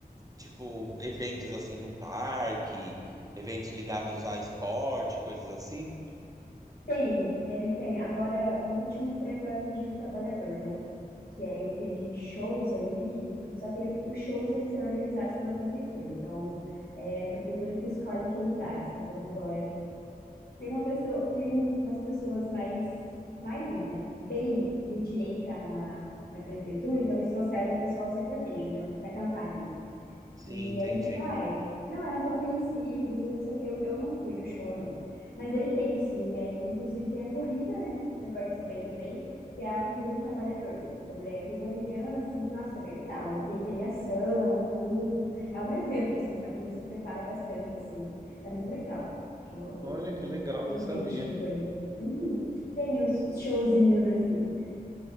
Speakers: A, on the right (about 20°); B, on the left (about 80°).
A: tipo, eventos assim no parque, eventos ligados a esporte, coisas assim?
B: Tem, ele tem. Agora, o último foi agora no Dia do Trabalhador, né? Que aí teve shows ali e tudo. Só que ele- os shows, eles são organizados pela prefeitura. Então, é a prefeitura que escolhe quem traz. E como agora Tem uma pessoa, tem umas pessoas mais, mais não, né? Bem de direita na, na prefeitura, então eles trouxeram o pessoal sertanejo, né? Pra cantarem.
A: Sim,
B: E
A: entendi.
B: aí, tipo, ai, não eram tão conhecidos e não sei o que, eu, eu não fui no show à noite. Mas ele tem, sim, e aí, inclusive, tem a corrida, né, que eu participei também, que é a Corrida do Trabalhador. Então, ele é de manhã, assim, nossa, é bem legal. E tem premiação, tudo. É um evento, assim, sabe? A gente se prepara bastante, assim. É muito legal o,
A: Olha que
B: o,
A: legal, não
B: o incentivo
A: sabia.
B: ali. Uhum. Tem os, os showzinhos, assim,